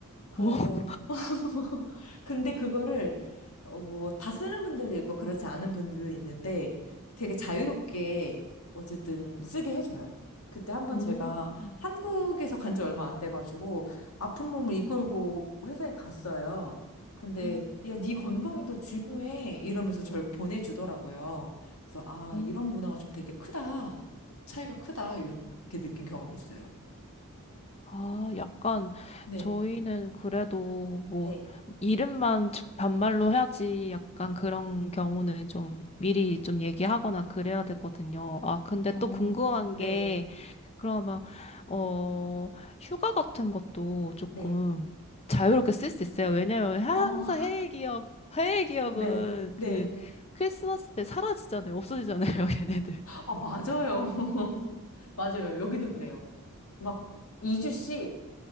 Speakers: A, on the left; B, on the left.
A: 그래서
B: 오,
A: <laughs> 근데 그거를 어 뭐 다 쓰는 분들도 있고 그렇지 않은 분들도 있는데 되게 자유롭게 어쨌든 쓰게 해줘요. 그때 한번
B: 음.
A: 제가 한국에서 간지 얼마 안 돼가지고 아픈 몸을 이끌고 회사에 갔어요. 근데
B: 음,
A: 야, 네 건강이 더 중요해 이러면서 저를 보내주더라고요. 그래서 아
B: 음.
A: 이런 문화가 좀 되게 크다 차이가 크다 이렇게 느낀 경험이 있어요.
B: 아, 약간
A: 네.
B: 저희는 그래도 뭐
A: 네.
B: 이름만 즉 반말로 해야지 약간 그런 경우는 좀 미리 좀 얘기하거나 그래야 되거든요. 아, 근데
A: 어,
B: 또 궁금한
A: 네.
B: 게 그러면 어 휴가 같은 것도 조금
A: 네.
B: 자유롭게 쓸 수 있어요. 왜냐면 항상
A: 어,
B: 해외 기업 해외 기업은
A: 네, 네.
B: 그 크리스마스 때 사라지잖아요. 없어지잖아요, <laughs> 걔네들.
A: 아, 맞아요. <laughs> 맞아요. 여기도 그래요. 막 2주씩